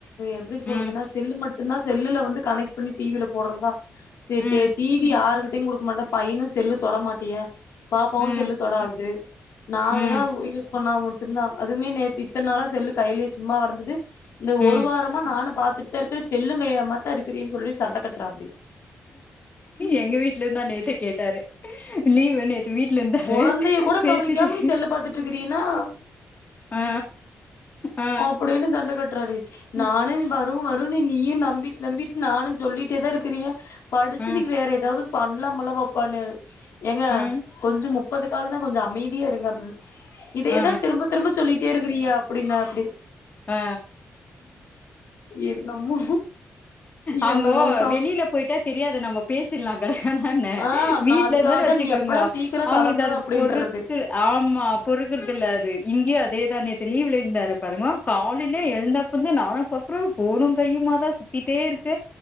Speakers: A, on the left (about 75°); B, on the left (about 35°).
A: எப்டி சொல்றதுன்னா
B: ம்
A: செல்லு மட்டுந்தா செல்லுல வந்து கனெக்ட் பண்ணி டிவில போடுறதா சேர்
B: ம்
A: சேரி டிவி யாருகிட்டயுங் குடுக்க மாட்டே பையனு செல்லு தொட மாட்டிய பாப்பாவு
B: ம்
A: செல்லு தொடாது நாங்கதா
B: ம்
A: உ யூஸ் பண்ணாம உட் இருந்தா அதுமே நேத்து இத்தன் நாள செல்லு கையிலே சும்மா கெடந்தது இந்த
B: ம்
A: ஒரு வாரமா நானு பாத்துட் த இருக்கு செல்லுங் கையுமாத்தா இருக்கிறியேன் சொல்லி சண்ட கட்டுறாப்டி
B: எங்க வீட்லந்துதா நேத்தே கேட்டாரு லீவுன்னு வீட்ல இருந்தாரு
A: கொழந்தைய கூட
B: பேசிட்டு
A: கவனிக்காம நீ செல்லு பாத்துட்டு இருக்கிறீன்னா
B: ஆ ஆ,
A: அப்டினு சண்ட கட்றாருடி நானு
B: ம்,
A: வரு வருனு நீயு நம்பிட் நம்பிட் நானு சொல்லிட்டே தா இருக்கிறே படிச்சதுக்கு
B: ம்,
A: வேற ஏதாவ்து பண்லாமுல்ல பாப்பானாரு ஏங்க
B: ம்,
A: கொஞ்சோ முப்பது கால்தா கொஞ்சோ அமைதியா இருங்க அப்டின் இதயேதா
B: ஆ,
A: திரும்ப திரும்ப சொல்லிட்டே இருக்றியே அப்டின்னாப்டி
B: அ
A: என்னமோ
B: அவுங்கோ
A: என்னமோக்கா
B: வெளில போயிட்டா தெரியாது நம்ம பேசிடலா கட அதான
A: ஆ
B: வீட்ல
A: நா அதுக்காக
B: இருந்தோன் வச்சுக்கோங்க
A: தா நீ எப்படா சீக்கிரோ
B: அவங்களுக்கு
A: கெளம்பு
B: அது
A: அப்டின்றது
B: பொறுக்குல ஆமா பொறுக்குறது இல்ல அது இங்கேயு அதேதா நேத்து லீவுல இருந்தாரு பாருங்கோ காலையிலே எழுந்தப்ப இருந்து நானு பாக்குறே போனு கையுமாதா சுத்திட்டே இருக்க